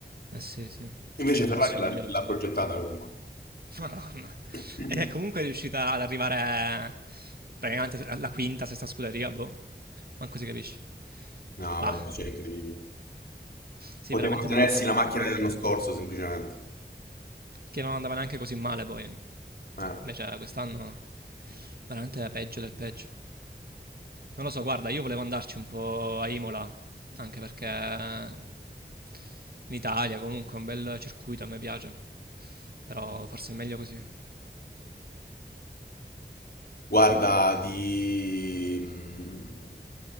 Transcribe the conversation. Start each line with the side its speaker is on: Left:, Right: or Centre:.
Right: Eh sì, sì.
Left: Invece
Right: Che l'anno
Left: Ferrari
Right: prossimo
Left: l'ha
Right: cambia tutto,
Left: l'ha progettata
Right: no?
Left: comunque.
Right: Madonna.
Left: <clears throat>
Right: Ed è comunque riuscita ad arrivare praticamente alla quinta, sesta scuderia, boh, manco si capisce.
Left: No,
Right: Bah,
Left: vabbè, c'è incredibile.
Right: sì,
Left: Potevano
Right: veramente
Left: tenersi
Right: deluso da-
Left: la macchina
Right: dalla
Left: dell'anno
Right: Ferrari,
Left: scorso semplicemente.
Right: che non andava neanche così male poi,
Left: Eh.
Right: invece quest'anno veramente peggio del peggio. Non lo so, guarda, io volevo andarci un po' a Imola, anche perché in Italia comunque è un bel circuito, a me piace, però forse è meglio così,
Left: Guarda, di, mh,